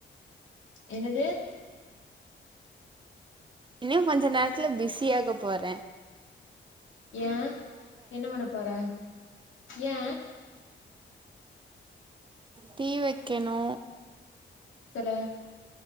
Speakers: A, on the left (about 75°); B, on the right (about 25°).
A: என்னது
B: இன்ன கொஞ்ச நேரத்துல பிஸியாக போற
A: ஏ என்ன பண்ண போற ஏ
B: டீ வக்கணு
A: தல